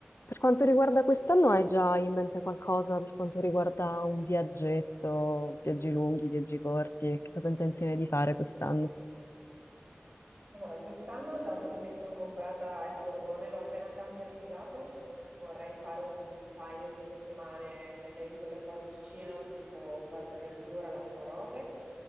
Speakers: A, on the left; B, on the right.
A: Per quanto riguarda quest'anno, hai già in mente qualcosa per quanto riguarda un viaggetto, viaggi lunghi, viaggi corti? Che cosa hai intenzione di fare quest'anno?
B: Allora, quest'anno, dato che mi sono comprata il furgone, l'ho appena camperizzato, vorrei fare un paio di settimane nelle isole qua vicino, tipo Fuerteventura, Lanzarote,